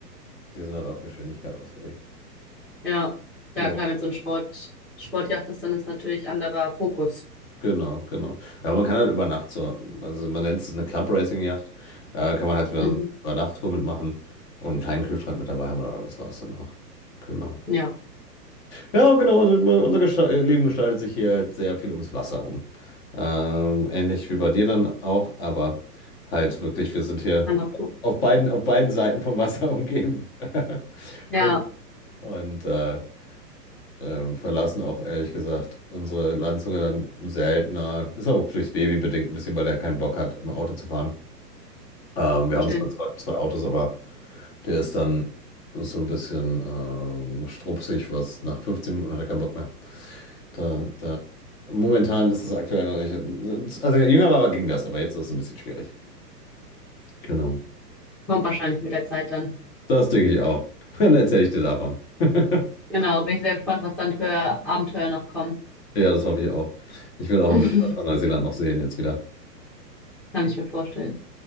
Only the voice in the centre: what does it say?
Ja, ja
klar, wenn es so ein Sport, Sportjacht ist, dann ist natürlich anderer Fokus.
Mhm.
Ja,
anderer Fokus.
Ja.
Verständlich.
Kommt wahrscheinlich mit der Zeit dann.
Genau, bin ich sehr gespannt, was dann für Abenteuer noch kommen.
<laughs>
Kann ich mir vorstellen.